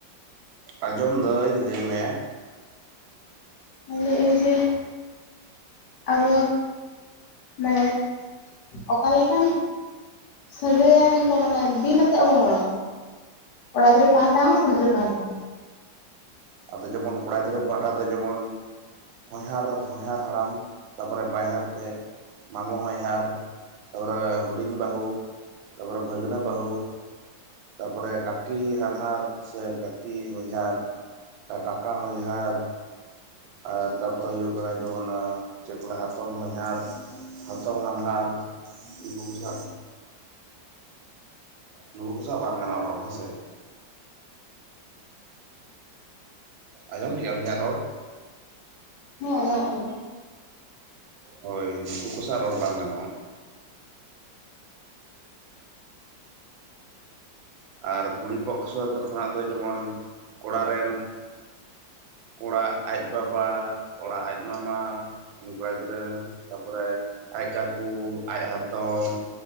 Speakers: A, on the right (about 90°); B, on the left (about 70°).
A: ᱟᱸᱡᱚᱢ ᱫᱟᱹᱧ ᱞᱟᱹᱭᱢᱮ
B: ᱟᱨ ᱞᱟᱹᱭᱟᱹᱧ ᱡᱮ - ᱟᱵᱚ ᱢᱟᱱᱮ ᱚᱠᱟᱞᱮᱠᱟᱱ ᱥᱟᱹᱜᱟᱹᱭᱟᱱ ᱠᱚ ᱢᱟᱱᱮ ᱵᱤᱱ ᱟᱛᱮᱫ ᱵᱚ ᱨᱲᱚ ᱟᱠᱚᱣᱟ ᱠᱚᱲᱟ ᱜᱤᱫᱽᱨᱟᱹ ᱯᱟᱦᱴᱟ ᱦᱚᱸ ᱠᱩᱲᱤ ᱜᱤᱫᱽᱨᱟᱹ ᱯᱟᱦᱴᱟ ᱦᱚᱸ
A: ᱟᱫᱚ ᱡᱮᱢᱚᱱ ᱠᱚᱲᱟ ᱜᱤᱫᱽᱨᱟᱹ ᱯᱟᱦᱴᱟ ᱫᱚ ᱡᱮᱢᱚᱱ ᱦᱚᱧᱦᱟᱨ ᱦᱚᱧᱦᱟᱨ ᱦᱟᱲᱟᱢ ᱛᱟᱯᱚᱨᱮ ᱵᱟᱦᱚᱧᱦᱟᱨ ᱛᱮᱫ ᱢᱟᱢᱚ ᱦᱚᱧᱦᱟᱨ ᱛᱟᱨᱯᱚᱨᱮ ᱦᱩᱰᱤᱧ ᱵᱟᱹᱦᱩ ᱛᱟᱨᱯᱚᱨᱮ ᱵᱷᱟᱹᱜᱽᱱᱟᱹ ᱵᱟᱹᱦᱩ ᱛᱟᱯᱚᱨᱮ ᱠᱟᱹᱠᱤ ᱦᱟᱱᱦᱟᱨ ᱥᱮ ᱠᱟᱹᱠᱤ ᱦᱚᱧᱦᱟᱨ ᱠᱟᱠᱟ ᱦᱚᱧᱦᱟᱨ ᱟᱨ ᱛᱟᱨᱯᱚᱨᱮ ᱦᱩᱭᱩᱜ ᱠᱟᱱᱟ ᱡᱮᱢᱚᱱ ᱪᱮᱫ ᱠᱚ ᱞᱟᱹᱭᱟ ᱦᱟᱛᱚᱢ ᱦᱚᱧᱦᱟᱨ ᱦᱟᱛᱚᱢ ᱦᱟᱱᱦᱟᱨ <unintelligible> ᱱᱩᱠᱩ ᱠᱚ ᱥᱟᱶ ᱵᱟᱝ ᱜᱟᱱᱚᱜ-ᱟ ᱨᱚᱲ ᱦᱮᱸᱥᱮ ᱟᱸᱡᱚᱢ ᱠᱮᱜ ᱟᱢ ᱤᱧᱟᱹᱜ ᱨᱚᱲ
B: ᱦᱮᱸ ᱟᱸᱡᱚᱢᱚᱜ ᱠᱟᱱᱟ
A: ᱦᱳᱭ ᱱᱩᱠᱩ ᱠᱚ ᱥᱟᱶ ᱨᱚᱲ ᱵᱟᱝ ᱜᱟᱱᱚᱜᱼᱟ ᱟᱨ ᱠᱩᱲᱤ ᱯᱚᱠᱥᱚ ᱠᱷᱚᱱᱟᱜ ᱫᱚ ᱡᱮᱢᱚᱱ ᱠᱚᱲᱟ ᱨᱮᱱ ᱠᱚᱲᱟᱜ ᱟᱡ ᱵᱟᱵᱟ ᱠᱚᱲᱟ ᱟᱡ ᱢᱟᱢᱟ ᱩᱱᱤ ᱠᱚᱲᱟ ᱜᱤᱫᱽᱨᱟᱹ ᱨᱮᱱ ᱛᱟᱨᱯᱚᱨᱮ ᱟᱡ ᱠᱟᱹᱠᱩ ᱟᱡ ᱦᱟᱛᱚᱢ